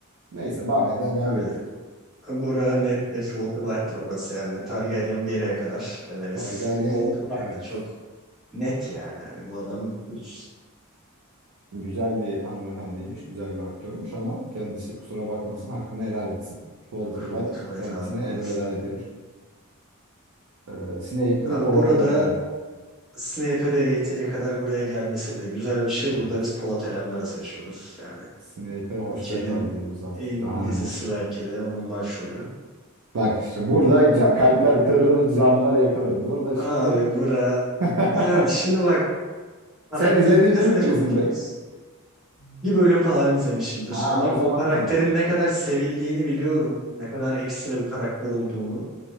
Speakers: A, on the right; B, in the centre.
A: Neyse Barney'den devam
B: Hadi
A: ettik.
B: Bura nettir. Walter White'tir burası yani. Targaryen bir yere kadar deneriz.
A: Targaryen
B: Bu Walter
A: evet.
B: White'tir çok net yani. Hani bu adam hiç
A: Güzel bir hanımefendiymiş, güzel bir aktörmüş ama kendisi kusura bakmasın hakkını helal etsin. Walter
B: yok.
A: White
B: Walter White
A: kendisine
B: abi burası.
A: elveda ediyor. Ee, Snape mi
B: Abi
A: Polat
B: burada
A: Alemdar mı?
B: Snape'e de yeteri kadar buraya gelmesi bile güzel bir şey. Burada
A: Evet.
B: biz Polat Alemdar'ı seçiyoruz. Yani
A: Snape'e hoşça
B: Türkiye'nin
A: kal diyoruz artık
B: en iyi
A: daha neler.
B: dizisi belki de onun başrolü.
A: Bak işte burada ca- kalpler kırılır, canlar yakılır. Burada şimdi...
B: Abi bura
A: <laughs>
B: yani şimdi bak karakterin
A: Sen izledin
B: ikisi
A: değil mi
B: de
A: Prison
B: çok kült.
A: Break?
B: Bir bölüm falan izlemişimdir.
A: Ha
B: Ama
A: o zaman
B: o karakterin
A: tamam.
B: ne kadar sevildiğini biliyorum. Ne kadar ekstra bir karakter olduğunu.